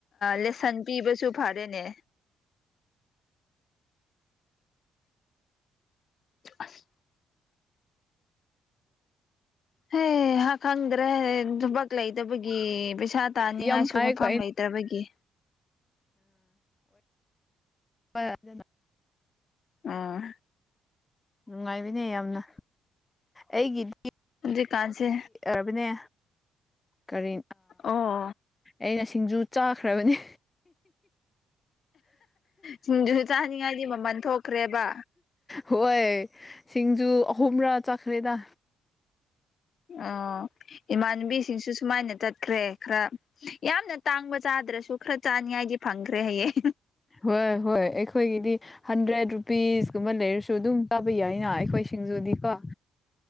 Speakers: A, on the left; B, on the left.
A: ꯂꯦꯁꯟ ꯄꯤꯕꯁꯨ ꯐꯔꯦꯅꯦ ꯑꯁ ꯍ ꯍꯥ ꯈꯪꯗ꯭ꯔꯦ ꯊꯕꯛ ꯂꯩꯗꯕꯒꯤꯩꯁ ꯏꯁꯥ ꯇꯥꯅꯤꯡꯉꯥꯏꯁꯨ
B: ꯌꯥꯝ ꯐꯩꯀꯣ
A: ꯃꯐꯝ
B: ꯑꯩ
A: ꯂꯩꯇ꯭ꯔꯕꯒꯤ
B: ꯍꯗ
A: ꯑꯥ
B: ꯅꯨꯡꯉꯥꯏꯕꯅꯦ ꯌꯥꯝꯅ ꯑꯩꯒꯤꯗꯤ
A: ꯍꯧꯖꯤꯛꯀꯥꯟꯁꯦ
B: ꯔꯕꯅꯦ ꯀꯔꯤ
A: ꯑꯣ
B: ꯑꯩꯅ ꯁꯤꯡꯖꯨ ꯆꯥꯈ꯭ꯔꯕꯅꯦ
A: ꯁꯤꯡꯗꯨꯁꯨ ꯆꯥꯅꯤꯡꯉꯥꯏꯗꯤ ꯃꯃꯜ ꯊꯣꯛꯈ꯭ꯔꯦꯕ
B: ꯍꯣꯏ ꯁꯤꯡꯖꯨ ꯑꯍꯨꯝꯔꯥ ꯆꯠꯈ꯭ꯔꯦꯗ
A: ꯑꯣ ꯏꯃꯥꯟꯅꯨꯕꯤꯁꯤꯡꯁꯨ ꯁꯨꯃꯥꯏꯅ ꯇꯠꯈ꯭ꯔꯦ ꯈꯔ ꯌꯥꯝꯅ ꯇꯥꯡꯕ ꯆꯥ ꯌꯥꯗ꯭ꯔꯁꯨ ꯈꯔ ꯆꯥꯅꯤ ꯍꯥꯏꯗꯤ ꯐꯪꯈ꯭ꯔꯦ ꯍꯌꯦꯡ
B: ꯍꯣꯏ ꯍꯣꯏ ꯑꯩꯈꯣꯏꯒꯤꯗꯤ ꯍꯟꯗ꯭ꯔꯦꯠ ꯔꯨꯄꯤꯁꯀꯨꯝꯕ ꯂꯩꯔꯁꯨ ꯑꯗꯨꯝ ꯀꯥꯕ ꯌꯥꯏꯅ ꯑꯩꯈꯣꯏ ꯁꯤꯡꯖꯨꯗꯤꯀꯣ